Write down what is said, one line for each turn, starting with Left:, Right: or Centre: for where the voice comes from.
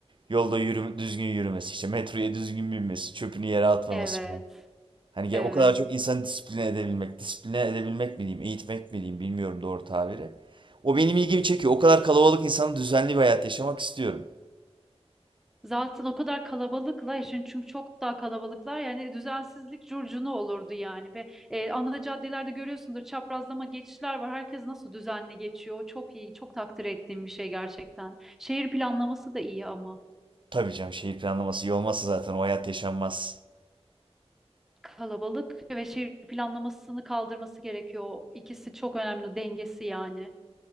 Right: yolda yürüme, düzgün yürümesi, işte metroya düzgün binmesi, çöpünü yere atmaması.
Centre: Evet,
Right: Hani
Centre: evet.
Right: ya o kadar çok insanı disipline edebilmek, disipline edebilmek mi diyeyim, eğitmek mi diyeyim bilmiyorum doğru tabiri. O benim ilgimi çekiyor. O kadar kalabalık insanın düzenli bir hayat yaşamak istiyorum.
Centre: Zaten o kadar kalabalıklar için çünkü çok daha kalabalıklar yani düzensizlik curcuna olurdu yani ve e, ana caddelerde görüyorsundur çaprazlama geçişler var. Herkes nasıl düzenli geçiyor. O Çok iyi, çok takdir ettiğim bir şey gerçekten. Şehir planlaması da iyi ama.
Right: Tabii canım şehir planlaması iyi olmazsa zaten o hayat yaşanmaz.
Centre: kalabalık ve şehir planlamasını kaldırması gerekiyor. O İkisi çok önemli dengesi yani.